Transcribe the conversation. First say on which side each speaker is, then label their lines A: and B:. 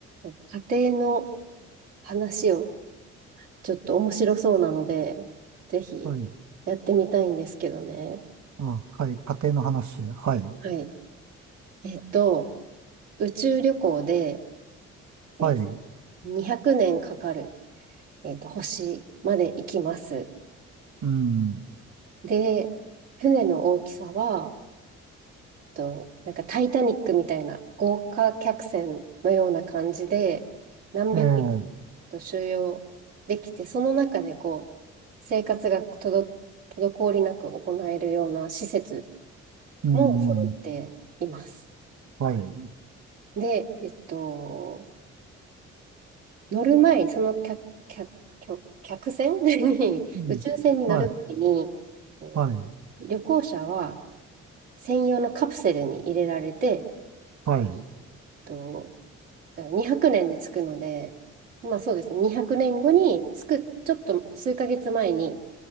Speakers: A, on the right; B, on the right.
A: 家庭の話をちょっと面白そうなので、ぜひ
B: はい。
A: やってみたいんですけどね。
B: あ、はい。家庭の話。はい。
A: はい。えっと、宇宙旅行で、ね、
B: はい。
A: 200年かかる、えっと、星まで行きます。
B: うん。
A: で、船の大きさはと、なんかタイタニックみたいな豪華客船のような感じで、何百人
B: ええ。
A: と収容できて、その中でこう、生活がとど、滞りなく行えるような施設
B: うん。
A: も揃っています。
B: はい。
A: で、えっと、乗る前に、その客、客、客客船 <laughs> に、
B: うん。
A: 宇宙船に乗る前に、
B: はい。
A: えー旅行者は
B: はい。
A: 専用のカプセルに入れられて、えっ
B: はい。
A: とだから200年で着くので、まあそうですね、200年後に着く、ちょっと数ヶ月前に